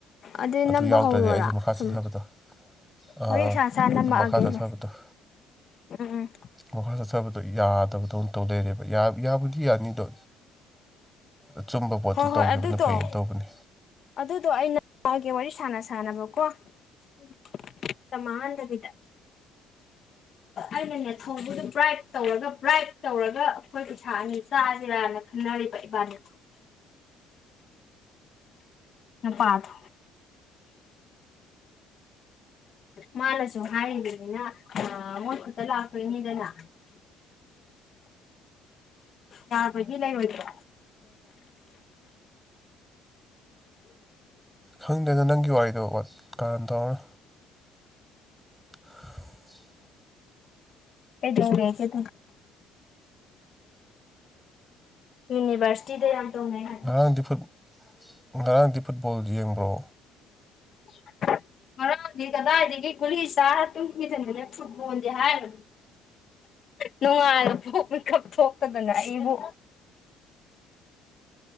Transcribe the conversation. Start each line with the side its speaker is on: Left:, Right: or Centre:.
Left: ꯑꯗꯨꯗꯤ ꯅꯝꯕ
Centre: ꯑꯗꯨ ꯌꯥꯎꯗ꯭ꯔꯗꯤ
Left: ꯍꯧꯔꯣꯔꯥ
Centre: ꯑꯩꯁꯨ ꯃꯈꯥ
Left: ꯁꯨꯝ
Centre: ꯆꯠꯊꯕꯗꯣ ꯑꯥ
Left: ꯋꯥꯔꯤ ꯁꯥ ꯁꯥ ꯅꯝꯃꯛꯑꯒꯦꯅꯦ
Centre: ꯑꯗꯨ ꯃꯈꯥ ꯆꯠꯊꯕꯗ‌ꯣ
Left: ꯎꯝ ꯎꯝ
Centre: ꯃꯈꯥ ꯆꯠꯊꯕꯗꯣ ꯌꯥꯗꯕꯗꯧꯅ ꯇꯧ ꯂꯩꯔꯦꯕ ꯌꯥꯕꯨ ꯌꯥꯕꯨꯗꯤ ꯌꯥꯅꯤꯗꯣ ꯑꯆꯨꯝꯕ ꯄꯣꯠꯇ
Left: ꯍꯣꯏ
Centre: ꯇꯧꯈꯤꯕꯅ
Left: ꯍꯣꯏ ꯑꯗꯨꯗꯣ
Centre: ꯐꯩ ꯍꯥꯏꯅ ꯇꯧꯕꯅꯤ
Left: ꯑꯗꯨꯗꯣ <unintelligible> ꯋꯥꯔꯤ ꯁꯥꯟꯅ ꯁꯥꯟꯅꯕꯀꯣ ꯃꯇꯝ ꯃꯍꯟꯗꯕꯤꯗ ꯑꯩꯅꯅꯦ ꯊꯧꯕꯗꯨ ꯕ꯭ꯔꯥꯏꯠ ꯇꯧꯔꯒ ꯕ꯭ꯔꯥꯏꯠ ꯇꯧꯔꯒ ꯑꯩꯈꯣꯏ ꯄꯩꯁꯥ ꯑꯅꯤ ꯆꯁꯤꯔꯅ ꯈꯟꯅꯔꯤꯕ ꯏꯕꯥꯟꯅꯤ ꯅꯨꯄꯥꯗ‌ꯣ ꯃꯥꯅꯁꯨ ꯍꯥꯏꯔꯤꯕꯅꯤꯅ ꯑꯥ ꯃꯣꯏ ꯈꯨꯠꯇ ꯂꯥꯛꯇꯣꯏꯅꯤꯗꯅ ꯌꯥꯕꯗꯤ ꯂꯩꯔꯣꯏꯗ꯭ꯔꯣ
Centre: ꯈꯪꯗꯦꯗ ꯅꯪꯒꯤ ꯋꯥꯔꯤꯗꯣ ꯀꯔꯟ ꯇꯧꯔꯅꯨ <unintelligible>
Left: ꯀꯩꯗꯧꯔ‌ꯦ ꯀꯩ ꯌꯨꯅꯤꯚꯔꯁ ꯌꯥꯝ ꯇꯣꯡꯅꯩ ꯍꯥꯏ
Centre: ꯉꯔꯥꯡꯗꯤ ꯐꯨꯠ ꯉꯔꯥꯡꯗꯤ ꯐꯨꯠꯕꯣꯜ ꯌꯦꯡꯕ꯭ꯔꯣ
Left: <inaudible> ꯉꯔꯥꯡꯗꯤ ꯀꯗꯥꯏꯗꯒꯤ ꯒꯨꯂꯤ ꯆꯥꯔ ꯇꯨꯝꯃꯤꯗ ꯉꯟꯂꯞꯁꯨ ꯕꯣꯜꯗꯤ ꯍꯥꯏꯔꯨꯅꯨ ꯅꯣꯡꯉꯥꯜꯂ ꯐꯧ ꯃꯤꯀꯞ ꯊꯣꯛꯇꯗꯅ ꯑꯩꯕꯨ